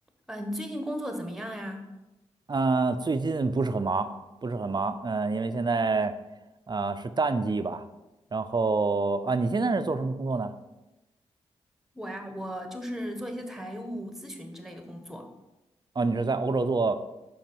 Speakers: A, in the centre; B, on the right.
A: 嗯，呃你最近工作怎么样呀？
B: 嗯，呃最近不是很忙，不是很忙，嗯、因为现在啊呃是淡季吧。然后啊，你现在是做什么工作呢？
A: 我呀，我就是做一些财务咨询之类的工作。
B: 啊，你是在欧洲做